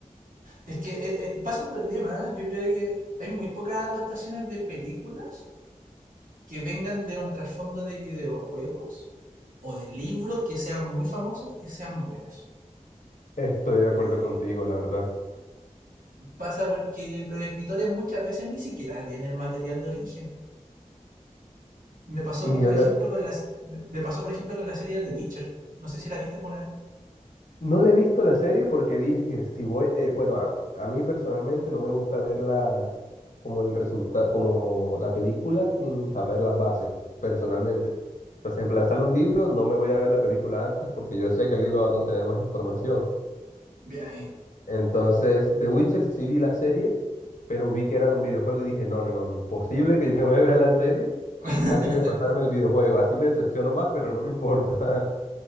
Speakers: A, on the right; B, on the left.
A: Es que eh, eh, pasa un problema, ¿eh? yo creo que hay muy pocas adaptaciones de películas que vengan de un trasfondo de videojuegos o de libros que sean muy famosos, que sean buenas.
B: Estoy de acuerdo
A: Eh,
B: contigo, la verdad.
A: pasa porque los escritores muchas veces ni siquiera ven el material de origen. Me pasó
B: Y
A: con, por ejemplo, con las, me me pasó, por ejemplo, con la serie de The Witcher. No sé si la viste alguna vez.
B: No le he visto la serie porque dije, si voy, eh, bueno, a, a mí personalmente no me gusta verlas como el resultado, como la película sin saber las bases, personalmente. Entonces, en plan, sale un libro, no me voy a ver la película antes porque yo sé que el libro va a contener más información.
A: Bien ahí.
B: Entonces, The Witcher sí vi la serie, pero vi que era de un videojuego y dije, no, no, no, imposible que yo me vea la serie
A: <laughs>
B: antes de pasarme el videojuego. Así me decepciono más, pero no me importa. <laughs>